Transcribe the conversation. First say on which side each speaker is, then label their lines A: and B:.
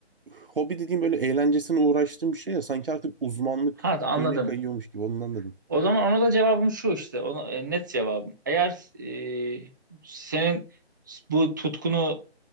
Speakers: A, on the right; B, on the right.
A: hobi dediğim böyle eğlencesine uğraştığım bir şey ya sanki artık uzmanlık
B: Ha anladım.
A: şeyine kayıyormuş gibi ondan dedim.
B: O zaman ona da cevabım şu işte. Ona, e, net cevabım. Eğer e, senin bu tutkunu